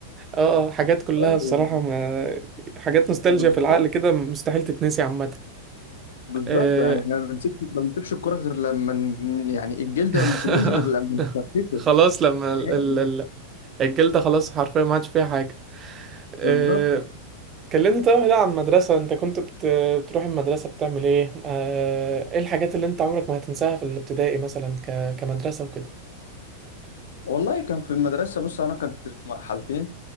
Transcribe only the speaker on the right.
اه اه، حاجات كلها
الصراحة
ما... حاجات نوستالجيا
في العقل كده مستحيل تتنسي عامة
آه،
<laughs>
خلاص لما
ال... ال... ال- الجلدة خلاص حرفيا ما عادش فيها حاجة آه،
كلمني طيب بقى عن المدرسة انت كنت بت... بتروح المدرسة بتعمل ايه آه... ايه الحاجات اللي انت عمرك ما هتنساها في الابتدائي مثلا ك... كمدرسة وكده